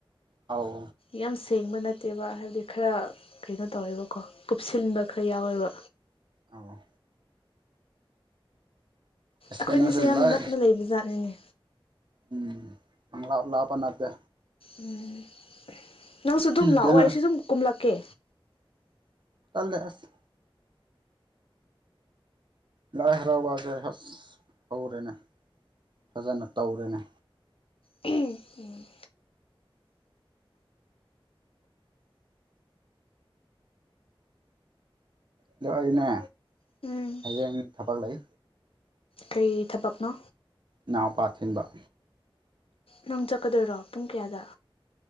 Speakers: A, on the right (about 55°); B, on the left (about 75°).
A: ꯑꯥꯎ
B: ꯌꯥꯝ ꯁꯦꯡꯕ ꯅꯠꯇꯦꯕ ꯍꯥꯏꯕꯗꯤ ꯈꯔ ꯀꯩꯅꯣ ꯇꯧꯋꯦꯕꯀꯣ ꯀꯨꯞꯁꯤꯟꯕ ꯈꯔ ꯌꯥꯎꯋꯦꯕ
A: ꯑꯧ ꯑꯁ
B: ꯑꯈꯣꯏꯅꯤꯁꯦ
A: ꯀꯩꯅꯣꯁꯨ
B: ꯌꯥꯝ
A: ꯂꯥꯏ
B: ꯅꯛꯅ ꯂꯩꯕ ꯖꯥꯠꯅꯤꯅꯦ
A: ꯎꯝ ꯄꯪꯂꯥꯞ ꯂꯥꯞꯄ ꯅꯠꯇꯦ
B: ꯎꯝ ꯅꯪꯁꯨ ꯗꯨꯝ ꯂꯥꯛꯑꯣ
A: ꯀꯩꯅꯣ
B: ꯑꯩꯁꯨ ꯗꯨꯝ ꯀꯨꯝꯂꯛꯀꯦ
A: ꯇꯜꯂꯦ ꯑꯁ ꯂꯥꯏ ꯍꯔꯥꯎꯕꯁꯦ ꯍꯁ ꯍꯧꯔꯦꯅꯦ ꯐꯖꯅ ꯇꯧꯔꯦꯅꯦ
B: ꯎꯝ
A: ꯑꯗꯣ ꯑꯩꯅꯦ
B: ꯎꯝ
A: ꯍꯩꯌꯦꯡ ꯊꯕꯛ ꯂꯩ
B: ꯀꯔꯤ ꯊꯕꯛꯅꯣ
A: ꯏꯅꯥꯎꯄꯥ ꯊꯤꯟꯕ
B: ꯅꯪ ꯆꯠꯀꯗꯣꯏꯔꯣ ꯄꯨꯡ ꯀꯌꯥꯗ